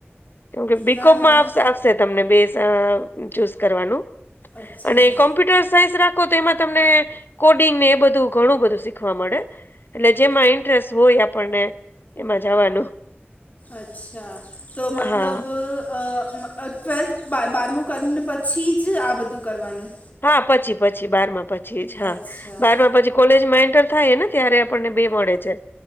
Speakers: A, on the left; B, on the left.
A: કેમકે બીકોમમાં
B: ના ના
A: આવશે આવશે. તને બે ચૂઝ કરવાનું
B: અચ્છા
A: અને કોમ્પ્યુટર સાયન્સ રા તો એમાં તમને કોડિંગ ને એ બધું ઘણું બધું શીખવા મળે. એટલે જેમાં ઇન્ટરેસ્ટ હોય આપણને એમાં જવાનું.
B: અચ્છા તો મતલબ
A: હા
B: અ અ ટ્વેલ્થ બ બારમું કરીને પછી જ આ બધું કરવાનું.
A: હા પછી પછી બારમા પછી જ હા
B: અચ્છા
A: બારમા પછી કોલેજમાં એન્ટર થાય ને ત્યારે આપણને બે મળે છે.